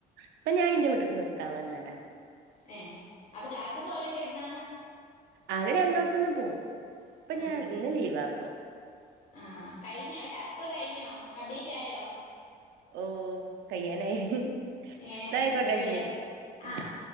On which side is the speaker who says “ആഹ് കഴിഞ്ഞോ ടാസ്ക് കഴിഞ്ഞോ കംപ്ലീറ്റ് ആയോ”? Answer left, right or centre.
Left